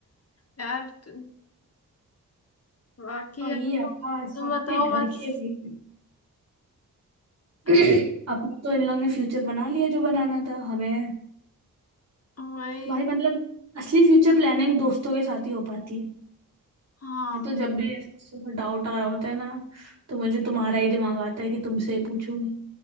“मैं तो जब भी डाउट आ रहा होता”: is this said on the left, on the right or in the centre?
Right